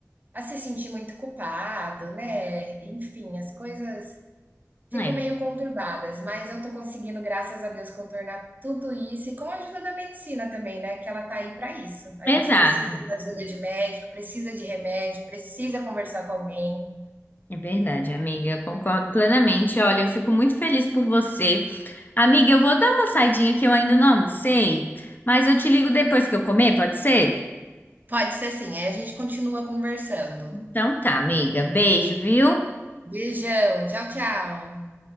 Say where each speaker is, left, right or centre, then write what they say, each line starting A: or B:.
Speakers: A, on the right; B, on the left.
A: a se sentir muito culpado, né? Enfim, as coisas ficam
B: É.
A: meio conturbadas, mas eu tô conseguindo, graças a Deus, contornar tudo isso e com a ajuda da medicina também, né? Que ela tá aí pra isso. A
B: Exato.
A: gente precisa da ajuda de médico, precisa de remédio, precisa conversar com alguém.
B: É verdade, amiga. Eu concordo plenamente. Olha, eu fico muito feliz por você. Amiga, eu vou dar uma saidinha que eu ainda não almocei, mas eu te ligo depois que eu comer, pode ser?
A: Pode ser assim, aí a gente continua conversando.
B: Então tá, amiga. Beijo, viu?
A: Beijão, tchau, tchau.